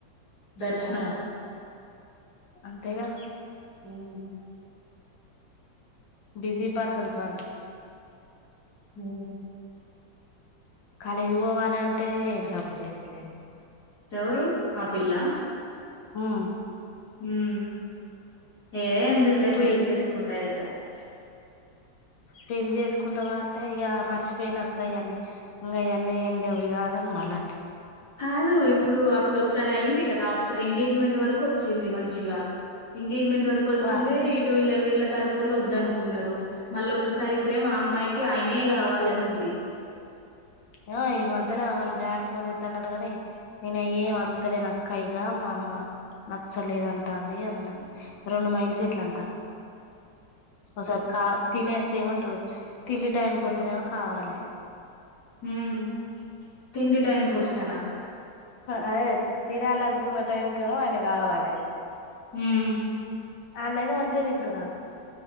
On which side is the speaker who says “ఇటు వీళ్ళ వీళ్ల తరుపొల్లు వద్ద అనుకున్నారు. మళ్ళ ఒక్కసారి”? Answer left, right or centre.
Left